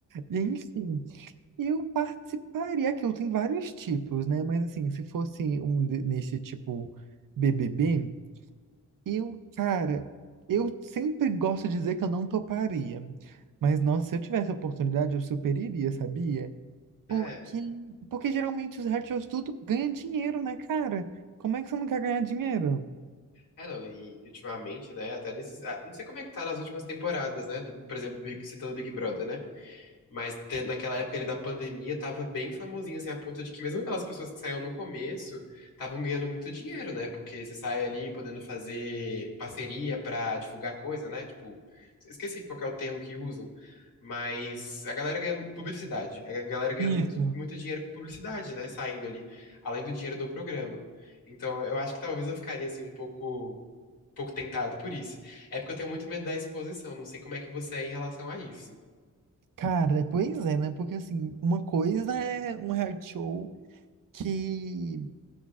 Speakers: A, on the right; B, on the left.
A: E enfim, eu participaria. Aquilo tem vários tipos, né? Mas assim, se fosse um de- nesse tipo BBB, eu, cara, eu sempre gosto de dizer que eu não toparia. Mas, nossa, se eu tivesse a oportunidade, eu super iria, sabia?
B: É.
A: Porque, porque geralmente os retiros tudo ganha dinheiro, né, cara? Como é que você não quer ganhar dinheiro?
B: É, não, e ultimamente, né, até nesses. ah, Não sei como é que tá nas últimas temporadas, né? do- por exemplo, do Big, citando o Big Brother, né? Mas te- naquela época ele da pandemia tava bem famosinho, assim, a ponto de que mesmo aquelas pessoas que saíam no começo estavam ganhando muito dinheiro, né? Porque você sai ali podendo fazer parceria pra divulgar coisa, né? Tipo, esqueci qual que é o termo que usam, mas a galera ganhando publicidade, a galera ganhando
A: Isso.
B: muito, muito dinheiro com publicidade, né? Saindo ali, além do dinheiro do programa. Então, eu acho que talvez eu ficaria assim um pouco, um pouco tentado por isso. É porque eu tenho muito medo da exposição, não sei como é que você é em relação a isso.
A: Cara, pois é, né? Porque assim, uma coisa é um reality show que